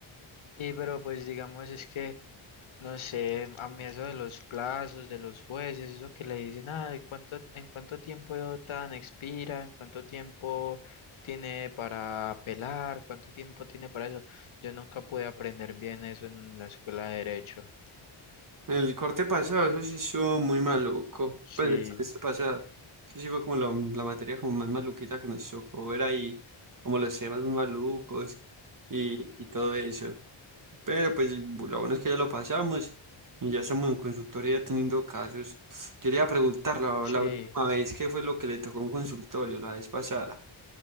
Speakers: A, on the left; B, on the right.
A: Sí, pero pues digamos es que, no sé, a mí eso de los plazos, de los jueces, eso que le dicen, ah, ¿en cuánto, en cuánto tiempo tan expira? ¿En cuánto tiempo tiene para apelar? ¿Cuánto tiempo tiene para eso? Yo nunca pude aprender bien eso en la escuela de derecho.
B: El corte pasado, eso sí estuvo muy maluco.
A: Sí,
B: Pues el semestre pasado. Eso sí fue como la, la materia como más maluquita que nos tocó ver ahí. Como los temas muy malucos y, y todo eso. Pero pues lo bueno es que ya lo pasamos. Y ya estamos en consultoría teniendo casos. Yo le iba a preguntar la,
A: sí,
B: la última vez qué fue lo que le tocó en consultorio, la vez pasada.